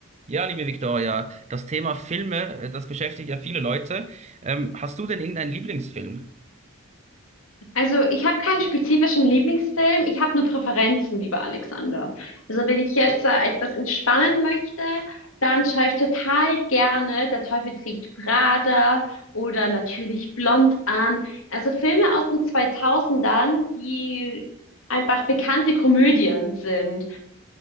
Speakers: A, on the right; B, on the left.
A: Ja, liebe Viktoria, das Thema Filme, äh, das beschäftigt ja viele Leute. Ähm, hast du denn irgendeinen Lieblingsfilm?
B: Also ich habe keinen spezifischen Lieblingsfilm, ich habe nur Präferenzen, lieber Alexander. Also wenn ich jetzt äh, etwas entspannen möchte, dann schaue ich total gerne Der Teufel trägt Prada oder natürlich Blond an. Also Filme aus den 2000ern, die einfach bekannte Komödien sind.